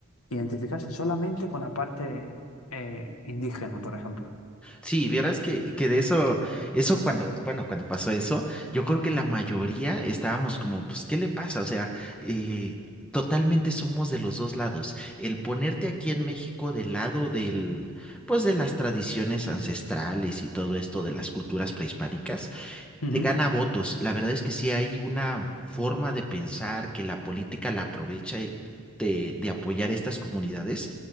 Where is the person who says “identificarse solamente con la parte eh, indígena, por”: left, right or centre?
Left